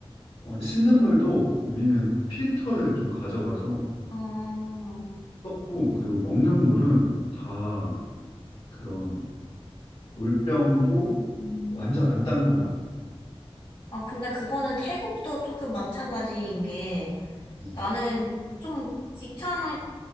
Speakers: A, on the left; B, on the left.
A: 어, 씻는 물도 우리는 필터를 좀 가져가서
B: 어,
A: 썼고, 그리고 먹는 물은 다 그런 물병도
B: 음.
A: 완전 안 딴 것만.
B: 아 근데 그거는 태국도 조금 마찬가지인 게
A: 음,
B: 나는 좀 귀찮은